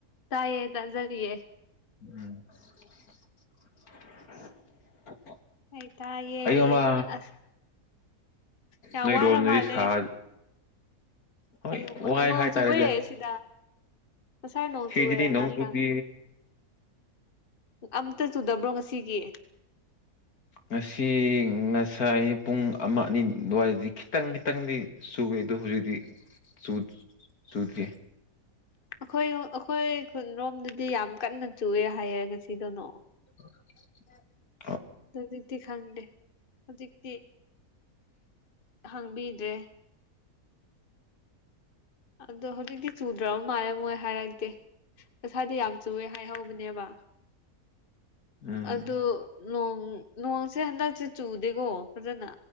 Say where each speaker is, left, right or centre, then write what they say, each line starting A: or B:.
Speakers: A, on the left (about 35°); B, on the left (about 70°).
A: ꯇꯥꯏꯌꯦ ꯇꯖꯔꯤꯌꯦ
B: ꯎꯝ
A: ꯑꯩ ꯇꯌꯦ
B: ꯑꯌꯨꯛ ꯑꯃ
A: ꯑꯁ ꯌꯥ
B: ꯅꯣꯏꯔꯣꯝꯗꯗꯤ
A: ꯋꯥꯔ ꯃꯥꯂꯦ
B: ꯁꯥ ꯍꯣꯏ
A: ꯑꯩ ꯎ ꯃ
B: ꯋꯥꯏ
A: ꯅꯣꯡ
B: ꯍꯥꯏꯇꯥꯔꯦꯗ
A: ꯆꯨꯋꯦ ꯁꯤꯗ ꯉꯁꯥꯏ ꯅꯣꯡ
B: ꯁꯤꯗꯗꯤ
A: ꯆꯨꯋꯦ
B: ꯅꯣꯡ
A: ꯉꯥꯛ
B: ꯆꯨꯗꯦ
A: ꯇꯪ ꯑꯝꯇ ꯆꯨꯗꯕ꯭ꯔꯣ ꯉꯁꯤꯒꯤ
B: ꯉꯁꯤ ꯉꯁꯥꯏ ꯄꯨꯡ ꯑꯃ ꯑꯅꯤ ꯑꯗꯨꯋꯥꯏꯗꯤ ꯈꯤꯇꯪ ꯈꯤꯇꯪꯗꯤ ꯆꯨꯌꯦ ꯗꯨ ꯍꯧꯖꯤꯛꯇꯤ ꯆꯨ ꯆꯨꯗꯔ꯭ꯤ
A: ꯑꯩꯈꯣꯏ ꯑꯩꯈꯣꯏ ꯈꯨꯟꯔꯣꯝꯗꯗꯤ ꯌꯥꯝ ꯀꯟꯅ ꯆꯨꯑꯦ ꯍꯥꯏꯌꯦ ꯉꯁꯤꯗꯣ ꯅꯣꯡ
B: <unintelligible>
A: ꯍꯨꯖꯤꯛꯇꯤ ꯈꯪꯗꯦ ꯍꯨꯖꯤꯛꯇꯤ ꯍꯪꯕꯤꯗ꯭ꯔꯦ ꯑꯗꯣ ꯍꯧꯖꯤꯛꯗꯤ ꯆꯨꯗ꯭ꯔꯥ ꯃꯥꯔꯦ ꯃꯣꯏ ꯍꯥꯏꯔꯛꯗꯦ ꯉꯁꯥꯏꯗꯤ ꯌꯥꯝ ꯆꯨꯌꯦ ꯍꯥꯏꯍꯧꯕꯅꯦꯕ
B: ꯎꯝ
A: ꯑꯗꯨ ꯅꯣꯡ ꯅꯣꯡꯁꯦ ꯍꯟꯗꯛꯁꯦ ꯆꯨꯗꯦꯀꯣ ꯐꯖꯅ